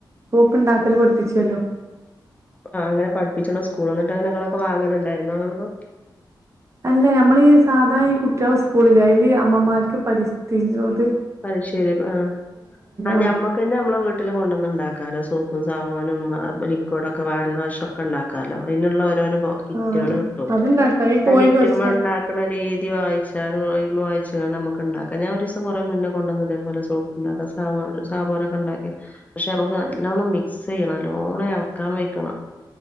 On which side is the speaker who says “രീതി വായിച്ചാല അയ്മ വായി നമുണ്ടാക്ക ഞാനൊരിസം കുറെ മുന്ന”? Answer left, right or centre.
Left